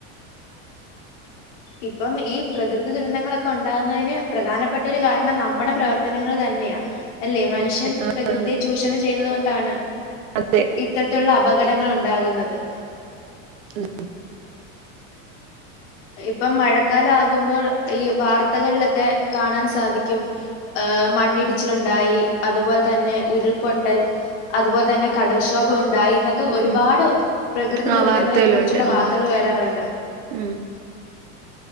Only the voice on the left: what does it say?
ഇപ്പം ഈ പ്രകൃതി ദുരന്തങ്ങളൊക്കെ ഉണ്ടാകുന്നതിന് പ്രധാനപ്പെട്ട ഒരു കാരണം നമ്മടെ പ്രവർത്തനങ്ങൾ തന്നെയാ അല്ലേ മനുഷ്യൻ
പ്രകൃതിയെ
ചൂഷണം ചെയ്യുന്നത് കൊണ്ടാണ്
ഇത്തരത്തിലുള്ള അപകടങ്ങൾ ഉണ്ടാകുന്നത്
ഇപ്പം മഴക്കാല ആകുമ്പോൾ ഈ വാർത്തകളിലൊക്കെ കാണാൻ സാധിക്കും ഏ മണ്ണിടിച്ചിലുണ്ടായി അതുപോലെ തന്നെ ഉരുൾപൊട്ടൽ അതുപോലെ തന്നെ കടൽക്ഷോഭ ഉണ്ടായി എന്നൊക്കെ ഒരുപാട്
പ്രകൃതി
ദുരന്തങ്ങളെ
കുറിച്ചുള്ള വാർത്തകൾ
വരാറുണ്ട്